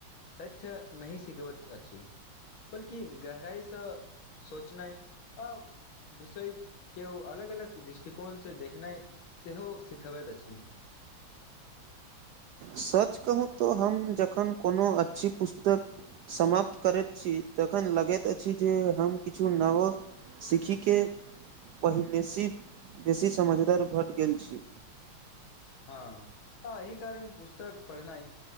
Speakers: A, on the left; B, on the right.
A: तथ्य नहि सिखबैत अछि बल्कि गहराइसँ सोचनाइ आ विषय केओ अलग अलग दृष्टिकोणसँ देखनाइ सेहो सिखबैत अछि
B: सच कहूँ तऽ हम जखन कोनो अच्छी पुस्तक समाप्त करैत छी तखन लगैत अछि जे हम किछु नवो सीख कऽ पहिनेसँ बेसी समझदार भट गेल छी
A: हँ अही कारण पुस्तक पढ़नाइ